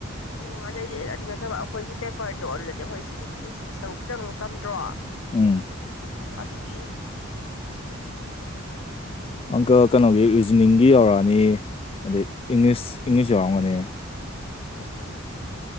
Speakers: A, on the left; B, on the left.
A: ꯎꯝ ꯑꯗꯨꯗꯩꯗꯤ ꯑꯗꯨ ꯅꯠꯇꯕ ꯑꯩꯈꯣꯏꯒꯤ ꯄꯦꯄꯔꯗꯣ ꯑꯗꯨꯗꯗꯤ ꯑꯩꯈꯣꯏ ꯏꯁꯇꯦꯇꯁꯀꯤ ꯁꯔꯨꯛ ꯈꯤꯇꯪꯨꯛ ꯇꯝꯗ꯭ꯔꯣ
B: ꯎꯝ
A: ꯑꯗꯨ ꯑꯗꯨꯕꯤ
B: ꯑꯣꯀ ꯀꯩꯅꯒꯤ ꯖꯨꯅꯤꯡꯒꯤ ꯌꯧꯔꯛꯑꯅꯤ ꯑꯗꯩ ꯏꯪꯂꯤꯁ ꯏꯪꯂꯤꯁ ꯌꯥꯎꯔꯝꯃꯅꯤ
A: ꯎꯝ